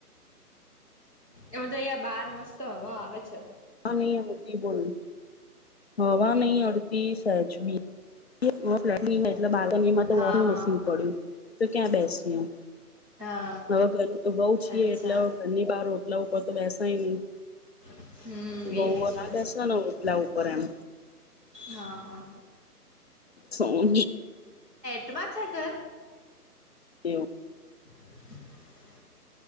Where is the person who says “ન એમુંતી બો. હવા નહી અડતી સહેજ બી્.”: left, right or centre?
Left